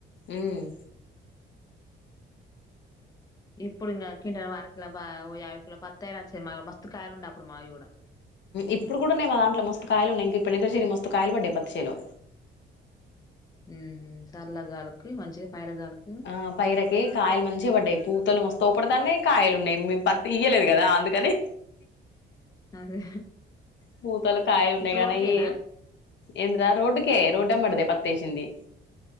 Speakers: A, on the left; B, on the left.
A: ఉమ్
B: ఇప్పుడు ఇంకా కొంటా వర కిలో యావై కిలో పత్తయచ్చ మా మస్త్ కాయలు ఉండ అప్పుడు మావి కూడా
A: ఇప్పుడు కూడా ఉన్నాేయ్ మా దాంట్లో మస్త్ కాయలు ఉండేి ప పెణకసెర్ రి మస్తుస్తకాయలు పడ్డాయి పచ్చ సెల్లో
B: ఉమ్ చల్లగాలుకి మంచిగా పైరగాలుకి
A: ఆ పైరకి కాయలు మంచిగ పడ్ కే పూతలు మస్తోపడతానే కాయలు ఉన్నాయి మేము పత్ ఇయలేదు కదా అందుకని
B: అదే
A: పూతలు కాయలు ఉన్నాయి
B: ఇటు
A: కానీ
B: రోడ్కేనా
A: అవి ఏంద్రా రోడ్కే రోడ్ అమ్మడే పతేసింది